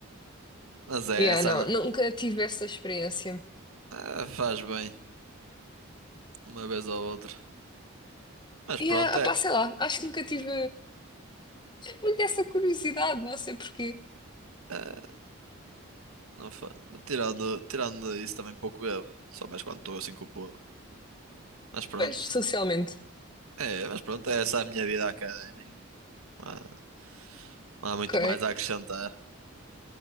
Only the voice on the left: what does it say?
Yeah,
não,
nunca tive essa experiência.
E,
ah,
pá, sei lá, acho que nunca tive muito essa curiosidade, não sei porquê.
Pois, socialmente.
Ok.